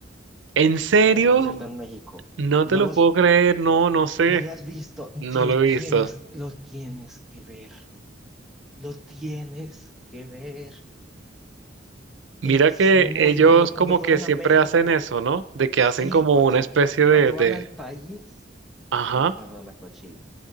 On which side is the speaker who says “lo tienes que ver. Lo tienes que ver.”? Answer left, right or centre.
Centre